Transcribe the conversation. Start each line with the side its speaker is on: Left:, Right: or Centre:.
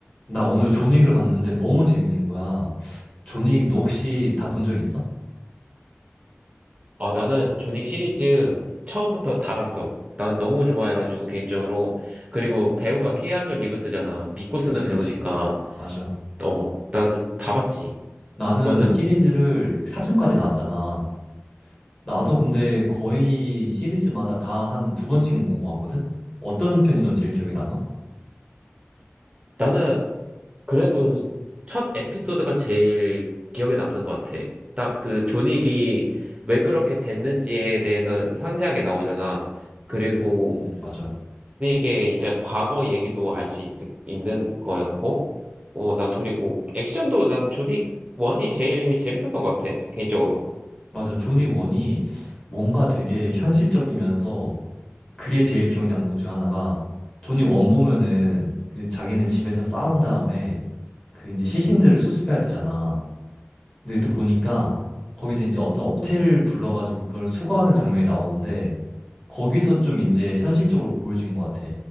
Left: 나 오늘 존윅을 봤는데 너무 재밌는 거야. 존윅 너 혹시 다 본 적 있어?
Right: 아, 나는 존윅 시리즈 처음부터 다 봤어. 난 너무 좋아해가지고, 개인적으로. 그리고 배우가 키아누 리브스잖아. 믿고 쓰는
Left: 그치, 그치.
Right: 배우니까.
Left: 맞아.
Right: 어, 나는 다 봤지.
Left: 나는
Right: 너는?
Left: 시리즈를 4편까지 나왔잖아. 나도 근데 거의 시리즈마다 다 한 두 번씩은 본 것 같거든? 어떤 편이 넌 제일 기억에 남아?
Right: 나는 그래도 첫 에피소드가 제일 기억에 남는 것 같아. 딱 그 존윅이 왜 그렇게 됐는지에 대해서 상세하게 나오잖아. 그리고
Left: 음, 음, 맞아.
Right: 존윅의 이제 과거 얘기도 알 수 있는 거였고, 어, 난 그리고 액션도 난 존윅 1이 제일 재밌었던 것 같아, 개인적으로.
Left: 맞아. 존윅 1이 뭔가 되게 현실적이면서 그게 제일 기억에 남는 것 중 하나가 존윅 1 보면은 그 자기는 집에서 싸운 다음에 그 이제 시신들을 수습해야 되잖아. 근데 그때 보니까 거기서 이제 어떤 업체를 불러가지고 그걸 수거하는 장면이 나오는데 거기서 좀 이제 현실적으로 보여준 것 같아.